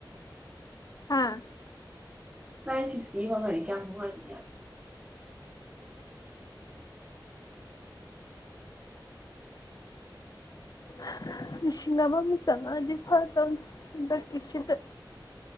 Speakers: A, on the left; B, on the right.
A: ꯍꯥꯥ
B: ꯅꯪ ꯁꯤꯁꯇꯤ ꯌꯣꯔꯝꯃꯗꯤ ꯀꯌꯥ ꯅꯨꯡꯉꯥꯏꯅꯤ
A: ꯍ ꯂꯤꯁꯤꯡ ꯑꯃ ꯃꯨꯛ ꯆꯪꯉꯀꯑꯗꯤ ꯐꯒꯗꯕꯅꯤ ꯍꯡꯗꯛꯀꯤꯁꯤꯗ